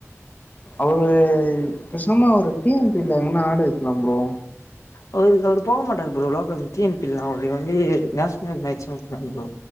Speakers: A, on the left (about 35°); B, on the left (about 80°).
A: அவரு பெசமா ஒரு டி என் பில எங்கன்னா ஆடு வைக்கலா ப்ரோ
B: அவரு அவர் போக மாட்டாாரு bro local T N P ல்லா அவரு வந்து நேஷனல் மேட்ஜ்தா புடிக்கு ப்ரோ